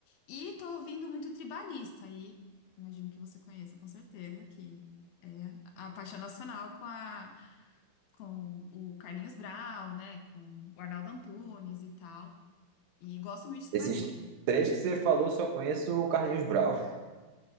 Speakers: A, on the left (about 70°); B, on the right (about 85°).
A: E tô ouvindo muito tribalista aí. Imagino que você conheça com certeza, que é a paixão nacional com a com o Carlinhos Brau, né? Com o Arnaldo Antunes e tal. E gosto muito de tribalista.
B: Esses três que você falou, só conheço o Carlinhos Brau.